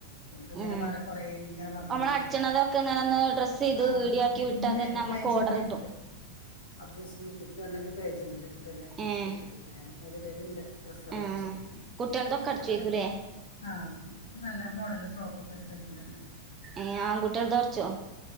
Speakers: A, on the left (about 65°); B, on the right (about 25°).
A: ഓലോട് ഇങ്ങനെ
B: ഉം
A: പറ കൊറേ ഇങ്ങനെ പറഞ്ഞ്
B: നമ്മൾ
A: കൊണ്ടക്കണം
B: അടിച്ചണതൊക്കെ ഇങ്ങനെ ഒന്ന് ഡ്രസ്സ് ചെയ്ത്
A: ആ
B: വീഡിയോ ആക്കി
A: ഞ
B: വിട്ടാൽ
A: ഇണ്ട്
B: തന്നെ
A: ഒരു
B: നമുക്ക്
A: <unintelligible>
B: ഓർഡർ <inaudible>
A: അബ്ബൂസ് ബ്യൂട്ടിക്ക് പറഞ്ഞൊരു പേജുണ്ട് അതില്
B: ഏഹ്
A: <unintelligible> ഞാന് അതില് ഇടലുണ്ട് ഡ്രസെല്ലാം
B: ആഹ്
A: അടിച്ച
B: കുട്ടികൾതൊക്കെ അടിച്ചേക്കൂലേ
A: മോഡലൊക്കെ ആ നല്ല മോഡല് ഫ്രോക്കൊക്കെ തയ്ക്കലുണ്ട്
B: ഏ ആൺ കുട്ടികളുടെ തരിച്ചോ